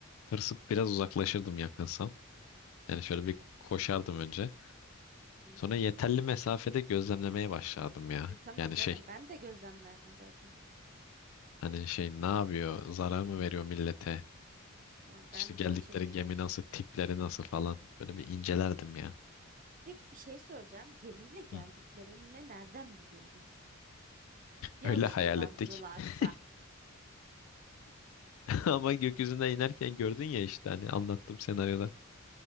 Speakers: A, on the left; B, on the right.
A: tırsıp biraz uzaklaşırdım yakınsam. Yani
B: Hı
A: şöyle
B: hı,
A: bir koşardım önce.
B: hı.
A: Sonra yeterli mesafede gözlemlemeye başlardım ya.
B: E, tamam
A: Yani
B: canım
A: şey
B: ben de gözlemlerdim zaten.
A: hani şey ne yapıyor? Zarar mı veriyor millete?
B: Tamam
A: İşte
B: ben
A: geldikleri
B: de o şekilde
A: gemi
B: işte.
A: nasıl, tipleri nasıl falan. Böyle bir incelerdim ya.
B: Peki bir şey soracağım. Gemiyle geldiklerini
A: Hı.
B: nereden biliyoruz? Ya
A: Öyle
B: ışınlandılarsa?
A: hayal ettik. <laughs> Ama gökyüzüne inerken gördün ya işte hani anlattım senaryoda.